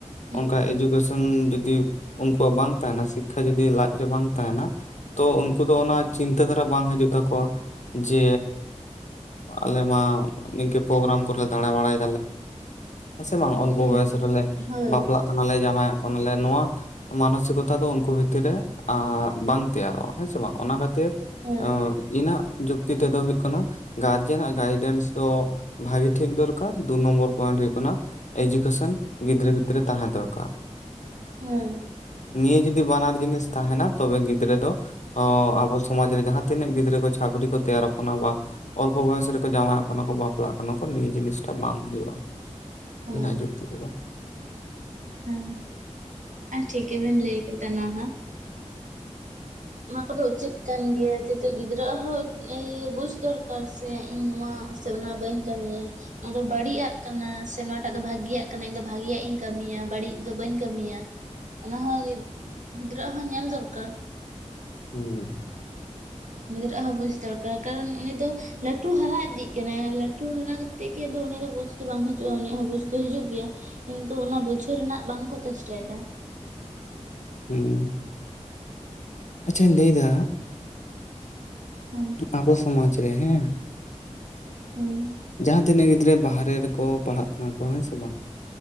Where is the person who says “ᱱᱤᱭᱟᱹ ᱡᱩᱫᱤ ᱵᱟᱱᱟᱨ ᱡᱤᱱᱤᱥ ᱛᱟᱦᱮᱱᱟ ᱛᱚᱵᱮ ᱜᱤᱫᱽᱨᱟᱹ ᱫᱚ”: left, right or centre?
Left